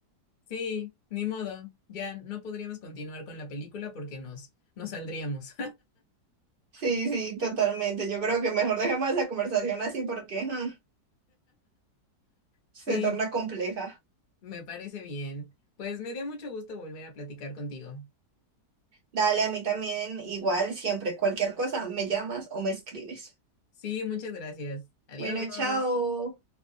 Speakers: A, on the left; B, on the right.
A: Sí, ni modo, ya no podríamos continuar con la película porque nos, nos saldríamos.
B: Sí, sí, totalmente. Yo creo que mejor dejemos esa conversación así porque mm, se
A: Sí,
B: torna compleja.
A: me parece bien. Pues me dio mucho gusto volver a platicar contigo.
B: Dale, a mí también, igual, siempre, cualquier cosa, me llamas o me escribes.
A: Sí, muchas gracias. Adiós.
B: Bueno, chao.